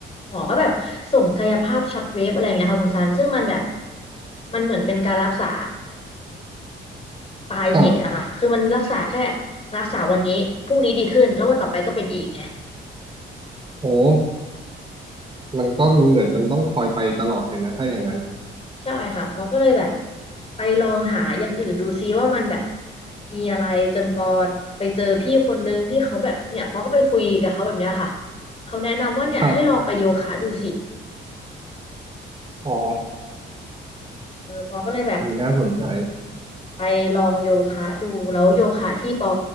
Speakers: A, on the left; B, on the right.
A: หมอก็แบบส่งกายภาพช็อตเวฟอะไรเงี้ยค่ะคุณซัน ซึ่งมันแบบมันเหมือนเป็นการรักษาปลายเหตุอะค่ะคือมันรักษาแค่
B: ครับ
A: รักษาวันนี้พรุ่งนี้ดีขึ้นแล้ววันต่อไปก็เป็นอีกไง
B: โหมันก็มันเหมือนมันต้องคอยไปตลอดเลยนะถ้าอย่างนั้น
A: ใช่ค่ะปอก็เลยแบบไปลองหาอย่างอื่นดูซิว่ามันแบบมีอะไรจนปอไปเจอพี่คนนึงที่เขาแบบเนี่ยปอก็ไปคุยกับเขาแบบเนี้ยค่ะเขาแนะนำว่าเนี่ยให้ลองไปโยคะดูสิ
B: ครับอ๋อ
A: เออปอก็เลยแบบ
B: อันนี้น่าสนใจ
A: ไปลองโยคะดูแล้วโยคะที่ปอ